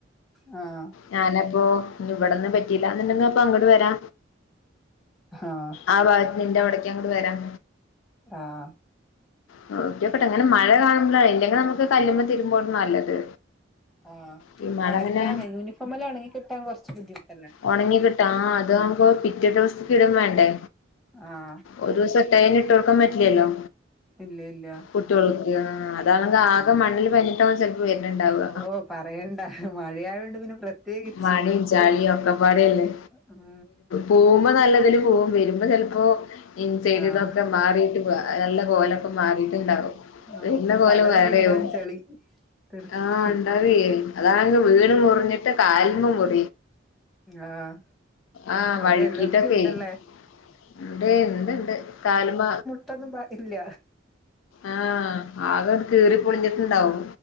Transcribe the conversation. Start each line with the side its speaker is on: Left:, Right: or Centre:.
Centre: ആഹ
Left: ഞാനപ്പോ ഇവിടന്നും പറ്റിയില്ല എന്നുണ്ടങ്കെന്ന അപ്പൊ ങ്ങട് വരാ.
Centre: ആഹ്
Left: ആ ഭാഗത്തിന്റെ അവിടേക്കാ അങ്ങൂടെ വരാം
Centre: ആഹ്
Left: <unintelligible> അങ്ങനെ മഴ കാണുമ്പോഴാണ് ഇല്ലെങ്കിൽ നമുക്ക് കല്ലുമ്മ തിരുമ്പാണ് നല്ലത്
Centre: ആഹ്
Left: ഈ മഴ
Centre: ഒണക്കാന്
Left: അങ്ങനെ
Centre: യൂണിഫോമെല്ലാം ഒണങ്ങി കിട്ടാൻ കുറച്ച് ബുദ്ധിമുട്ടല്ലേ
Left: ഒണങ്ങി കിട്ടാം ആ അത് ആവുമ്പോ പിറ്റേ ദിവസത്തക്ക് ഇടുവോ വേണ്ടേ
Centre: ആഹ്
Left: ഒരു ദിവസം ഇട്ടതന്നെ ഇട്ടോടുക്കാൻ പറ്റില്ലല്ലോ
Centre: ഇല്ല ഇല്ല
Left: കുട്ട്യോൾക്ക് ആ അതാണെങ്കിൽ ആകെ
Centre: ആഹ്
Left: മണ്ണിൽ പെരന്നിട്ടാവും ചെലപ്പോ വരുന്നുണ്ടാവുക
Centre: ഓ പറയണ്ട മഴയായോണ്ട് പിന്നെ പ്രത്യേകിച്ച്
Left: മണി ചെളി ഒക്കെപ്പടയല്ലേ
Centre: ഉം
Left: പോകുമ്പോ നല്ലതിൽ പോകും വരുമ്പോ ചെലപ്പോ ഇൻസൈഡ്
Centre: ആഹ്
Left: ഇതൊക്കെ മാറിട്ട് നല്ല കോലം മാറിട്ടുണ്ടാവും
Centre: ആഹ്
Left: വരുന്ന കോലം
Centre: തലവരെ
Left: വേറെവും
Centre: ഉണ്ടാവും ചെളി തെറിച്ചിട്ട്
Left: ആഹ് ഇണ്ടാവേ അതാണ
Centre: ഉം
Left: വീണ് മുറിഞ്ഞിട്ട് കാൽമും മുറി
Centre: ആഹ്
Left: ആഹ് വഴക്കീട്ടൊക്കെ
Centre: അത് എല്ലായിടത്തും ഉണ്ടല്ലേ
Left: ഇണ്ടെ ഇണ്ട് ഇണ്ട് കാല്മ
Centre: <unintelligible> ട്ടൊന്നും ഇല്ല
Left: ആഹ് ആകെങ്ങട് കീറി പൊളിഞ്ഞിട്ടുണ്ടാവും